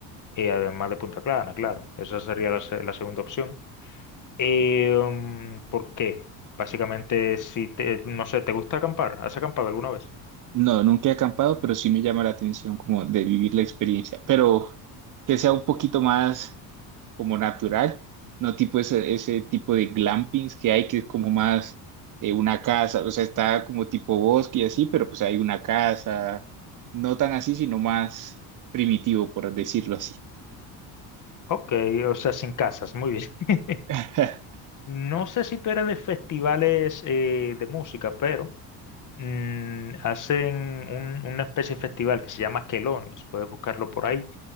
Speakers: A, on the left (about 45°); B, on the right (about 45°).
A: eh, además de Punta Clara, claro. Esa sería la se- la segunda opción. Eh, mm, ¿por qué? Básicamente, si te, no sé, ¿te gusta acampar? ¿Has acampado alguna vez?
B: No, nunca he acampado, pero sí me llama la atención como de vivir la experiencia, pero que sea un poquito más como natural,
A: Sí.
B: no tipo ese, ese tipo de glampings que hay, que es como más eh, una casa, o sea, está como tipo bosque y así, pero pues hay una casa, no tan así, sino más primitivo, por decirlo así.
A: Ok, o sea, sin casas, muy bien. <laughs>
B: <laughs>
A: No sé si tú eres de festivales eh, de música, pero mm, hacen un- una especie de festival que se llama Quelonios, puedes buscarlo por ahí,